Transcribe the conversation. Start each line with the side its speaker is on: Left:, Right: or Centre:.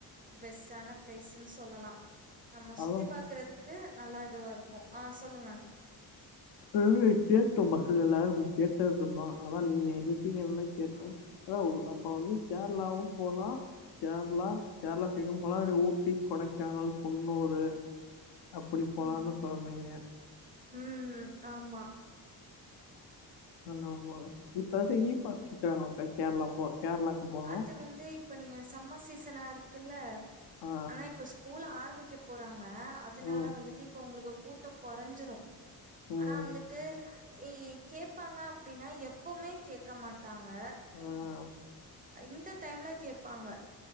Right: பெஸ்ட்டான பிளேஸ்ன் சொல்லலா நம்மச்
Left: அதா
Right: பாக்கறதுக்கு நல்லா இதுவா இருக்கு ஆ சொல்லுங்க
Left: ஆனே கேட்டோ பஸ்ஸுல எல்லாரு கேட்டோ சொன்னா அதா நீங்க இருக்கீங்கன்னு கேட்ட
Right: ஆ
Left: ஓ அப்ப வந்து கேரளாவு போலா கேர்ளா கேரளா சைடு போலா இல்ல ஊட்டி கொடைக்கானல் குன்னூரு அப்பிடி போலான்
Right: ம்
Left: சொல்றீங்க
Right: ம் ஆமா
Left: நநா போக இப்பந்து இ பாஸ் கேக்குறாங்களாகா கேரளா போ கேரளாக்கு போக
Right: அது வந்து இப்ப நீங்க சம்மர் சீசனா இருக்குல்ல
Left: ஆ
Right: ஆனா இப்ப ஸ்கூல் ஆரம்பிக்க போறாங்க அதனால
Left: ம்
Right: வந்துட்டு இப்போ உங்களுக்கு கூட்ட கொறஞ்சிடு ஆனா
Left: ம்
Right: வந்துட்டு கேப்பாங்க அப்டின்னா எப்பமே கேக்க மாட் டாங்க
Left: ஆ
Right: இந்த டைம்ல கேப்பாங்க